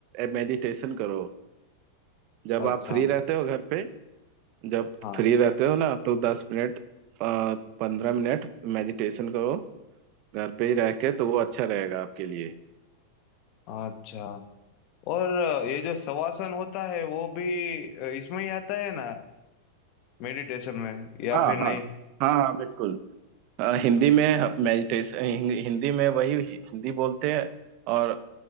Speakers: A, on the right (about 40°); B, on the left (about 40°).
A: मेडिटेशन करो जब
B: अच्छा
A: आप फ्री रहते हो घर पे जब
B: हाँ
A: फ्री रहते हो ना तो दस मिनट पंद्रह मिनट मेडिटेशन करो घर पे ही रह के तो वो अच्छा रहेगा आपके लिए
B: अच्छा और ये जो शवासन होता है वो भी इसमें ही आता है ना मेडिटेशन में या
A: हाँ
B: फिर नहीं
A: हाँ हाँ हाँ बिल्कुल अ, हिंदी में मेडिटेशन हिंदी में वही हिंदी बोलते हैं और